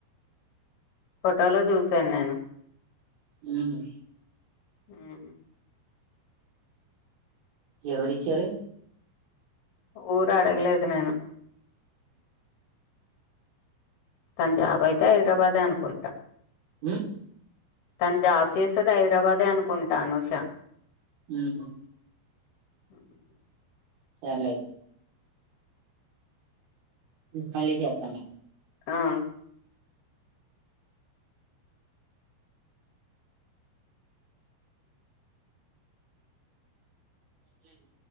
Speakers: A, on the left (about 55°); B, on the right (about 70°).
A: ఫోటోలో చూసాను నేను
B: మ్మ్ హు
A: మ్మ్
B: ఎవరిచ్చారు
A: ఊరు అడగలేదు నేను తన జాబ్ అయితే హైదరాబాదే అనుకుంటా
B: మ్మ్
A: తను జాబ్ చేసేది హైదరాబాదే అనుకుంటాను ఉషా
B: మ్మ్ హు
A: అ
B: సర్లే అయిత్ మళ్ళీ జేతాన్ ల్లే
A: ఆ
B: ఎట్ల అది